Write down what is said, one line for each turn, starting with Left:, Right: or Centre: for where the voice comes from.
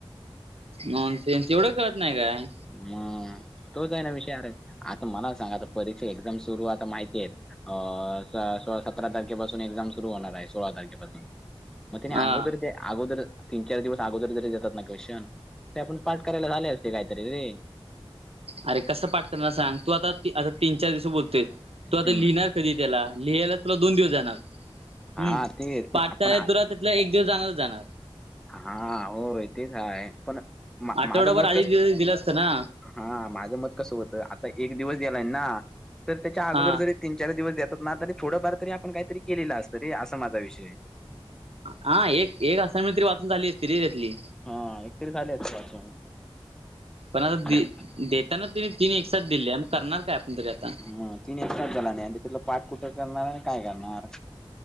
Right: नॉन्सेन्स एवढं कळत नाही काय.
Centre: म तो काय ना विषयर आता मला सांगा आता परीक्षा एक्झाम सुरू आता माहिती आहेत. अ सतरा तारखेपासून एक्झाम सुरु होणार आहे सोळा तारखेपासून मे नाही
Right: हा
Centre: आगोद्रदे. अगोदर तीन चार दिवस अगोदर जरी देतात नाका श ते आपण पाठ करायला झाले असते काय. तरी वय.
Right: अरे कसं पाठ करणार सांग तू आता आता तीन चार दिवस बोलतोयस तू आता
Centre: हम्म
Right: लिहिणार. कधी त्याला लिहायला तुला दोन दिवस जाणार
Centre: हा
Right: र्पाठचा
Centre: तेच पण आपण
Right: तु. त्या एक दिवस जाणारच जाणार.
Centre: हा होय तेच आहे पण
Right: आठवड्याभर
Centre: माझं मत
Right: आधी
Centre: कस
Right: दि दिलं असतं ना.
Centre: हा माझं मत कसं होतं आता एक दिवस गेलाय ना तर त्याच्या अगोदर
Right: हा
Centre: जरी. तीन चार दिवस देतात ना तरी थोडंफार तरी आपण काहीतरी केलेलं असतं ररी असा माझा विषय
Right: हा एक एक असाइनमेंट तरी वाचून झाली असती त्याची
Centre: हा एकतरी झाली असती वाचून
Right: पण आता
Centre: हम्म.
Right: देताना त तिनी एक साथ दिले मग करणार काय आपण तरी आता
Centre: हम्म तिने एकटला नाही तिथलं पाठ कुठं करणार आणि काय करणार